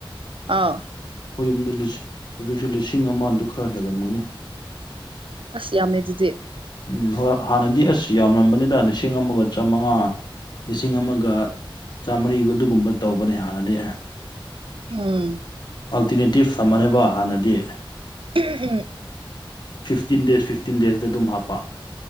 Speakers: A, on the right; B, on the left.
A: ꯑꯧ
B: ꯑꯈꯣꯏ ꯌꯨꯝꯗ ꯍꯧꯖꯤꯛꯁꯨ ꯂꯤꯁꯤꯡ ꯑꯃꯗꯨ ꯈꯔ ꯍꯦꯜꯂꯝꯒꯅꯤ
A: ꯑꯁ ꯌꯥꯝꯃꯦ ꯑꯗꯨꯗꯤ
B: ꯎꯝ ꯍꯣꯏ ꯍꯥꯟꯅꯗꯤ ꯑꯁ ꯌꯥꯝꯔꯝꯕꯅꯤꯗ ꯂꯤꯁꯤꯡ ꯑꯃꯒ ꯆꯃꯉꯥ ꯂꯤꯁꯤꯡ ꯑꯃꯒ ꯆꯥꯝꯃꯔꯤꯒ ꯑꯗꯨꯒꯨꯝꯕ ꯇꯧꯕꯅꯦ ꯍꯥꯟꯅꯗꯤ
A: ꯎꯝ
B: ꯑꯜꯇꯤꯅꯦꯇꯤꯞ ꯊꯝꯕꯅꯦꯕ ꯍꯥꯟꯅꯗꯤ
A: ꯎꯝ
B: ꯐꯤꯐꯇꯤꯟ ꯗꯦꯖ ꯐꯤꯐꯇꯤꯟ ꯗꯦꯖꯇ ꯑꯗꯨꯝ ꯍꯥꯞꯄ